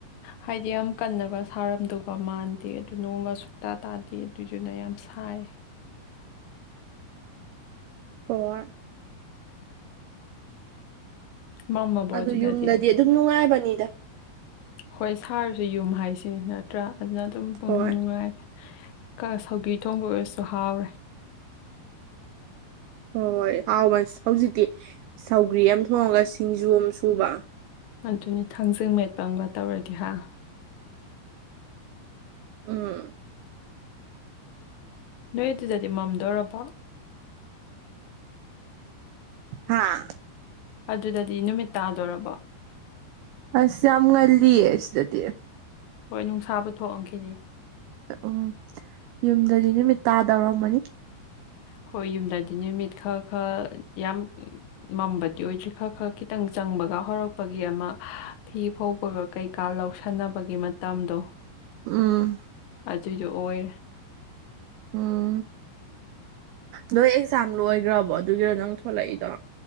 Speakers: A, on the left; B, on the right.
A: ꯍꯥꯏꯗꯤ ꯌꯥꯝ ꯀꯟꯅꯒ ꯁꯥꯔꯝꯗꯧꯒ ꯃꯥꯟꯗꯦ ꯑꯗꯨ ꯅꯣꯡꯒ ꯁꯨꯛꯇꯥ ꯇꯥꯗꯦ꯫ ꯑꯗꯨꯏꯗꯨꯅ ꯌꯥꯝ ꯁꯥꯏꯌ‌ꯦ꯫
B: <unintelligible>
A: ꯃꯝꯃꯕꯣ
B: ꯑꯗꯨ
A: ꯑꯗꯨꯗꯗꯤ
B: ꯌꯨꯝꯗꯗꯤ ꯑꯗꯨꯝ ꯅꯨꯡꯉꯥꯏꯕꯅꯤꯗ꯫
A: ꯍꯣꯏ ꯁꯥꯔꯁꯨ ꯌꯨꯝ ꯍꯥꯏꯁꯤꯅꯤ ꯅꯠꯇ꯭ꯔꯥ ꯑꯗꯨꯅ ꯑꯗꯨꯝ ꯄꯨꯡꯅꯨꯡ
B: ꯍꯣꯏ
A: ꯅꯨꯡꯉꯥꯏ꯫ ꯀꯥ ꯁꯧꯒꯔꯤ ꯊꯣꯡꯕꯒꯁꯨ ꯍꯥꯎꯔꯦ꯫
B: ꯍꯣꯏ ꯍꯣꯏ ꯍꯥꯎꯕꯁ ꯍꯧꯖꯤꯛꯇꯤ ꯁꯧꯒ꯭ꯔꯤ ꯑꯃ ꯊꯣꯡꯉꯒ ꯁꯤꯡꯖꯨ ꯑꯃ ꯁꯨꯕ꯫
A: ꯑꯗꯨꯅꯤ ꯊꯥꯡꯖꯤꯡ ꯃꯦꯠꯄ ꯑꯃꯒ ꯇꯧꯔꯗꯤ ꯍꯥ꯫
B: ꯎꯝ꯫
A: ꯅꯣꯏ ꯑꯗꯨꯗꯗꯤ ꯃꯝꯗ‌ꯣꯔꯕꯣ꯫
B: ꯍꯥꯥ꯫
A: ꯑꯗꯨꯗꯗꯤ ꯅꯨꯃꯤꯠ ꯇꯥꯗꯣꯔꯕꯣ꯫
B: ꯑꯁ ꯌꯥꯝ ꯉꯜꯂꯤꯌꯦ ꯁꯤꯗꯗꯤ꯫
A: ꯍꯣꯏ ꯅꯨꯡꯁꯥꯕꯨ ꯊꯣꯛꯑꯝꯈꯤꯅꯤ꯫
B: ꯑ ꯎꯝ ꯌꯨꯝꯗꯗꯤ ꯅꯨꯃꯤꯠ ꯇꯥꯗꯧꯔꯝꯃꯅꯤ꯫
A: ꯍꯣꯏ ꯌꯨꯝꯗꯗꯤ ꯅꯨꯃꯤꯠ ꯈ ꯈ ꯌꯥꯝ ꯃꯝꯕꯗꯤ ꯑꯣꯏꯗ꯭ꯔꯤ ꯈꯔ ꯈꯔ ꯈꯤꯇꯪ ꯆꯪꯕꯒ ꯍꯧꯔꯛꯄꯒꯤ ꯑꯃ ꯐꯤ ꯐꯧꯕꯒ ꯀꯩꯀꯥ ꯂꯧꯁꯟꯅꯕꯒꯤ ꯃꯇꯝꯗꯣ꯫
B: ꯎꯝ꯫
A: ꯑꯗꯨꯏꯗ‌ꯣ ꯑꯣꯏꯔꯦ꯫
B: ꯎꯝ꯫ ꯅꯣꯏ ꯑꯦꯛꯖꯥꯝ ꯂꯣꯏꯈ꯭ꯔꯕꯣ ꯑꯗꯨꯒꯤꯔꯣ ꯅꯪ ꯊꯣꯛꯂꯛꯏꯗꯣ꯫